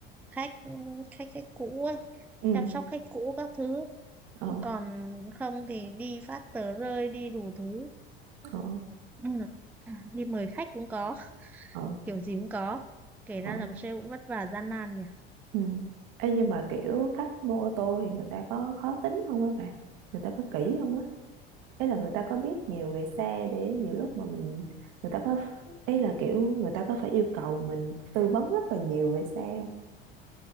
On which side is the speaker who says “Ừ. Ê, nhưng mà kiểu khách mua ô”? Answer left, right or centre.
Right